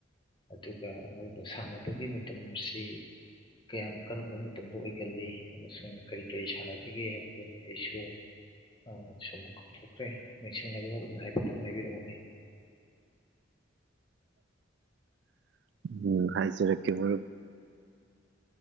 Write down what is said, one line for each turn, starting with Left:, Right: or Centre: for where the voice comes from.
Left: ꯑꯗꯨꯒ ꯃꯔꯨꯞꯅ ꯁꯥꯟꯅꯕꯒꯤ ꯃꯇꯝꯁꯤ ꯀꯌꯥꯝ ꯀꯔꯝꯕ ꯃꯇꯝꯗ ꯑꯣꯏꯒꯜꯂꯤ ꯑꯃꯁꯨꯡ ꯀꯔꯤ ꯀꯔꯤ ꯁꯥꯟꯅꯈꯤꯒꯦ ꯍꯥꯏꯕꯗꯨ ꯑꯩꯁꯨ ꯑꯥ ꯁꯨꯝ ꯀꯥꯎꯊꯣꯛꯈ꯭ꯔꯦ ꯃꯦꯛꯁꯤꯡꯅꯕ ꯃꯔꯨꯞꯅ ꯍꯥꯏꯐꯦꯠꯇꯪ ꯍꯥꯏꯕꯤꯔꯛꯎꯅꯦ
Right: ꯎꯝ ꯍꯥꯏꯖꯔꯛꯀꯦ ꯃꯔꯨꯞ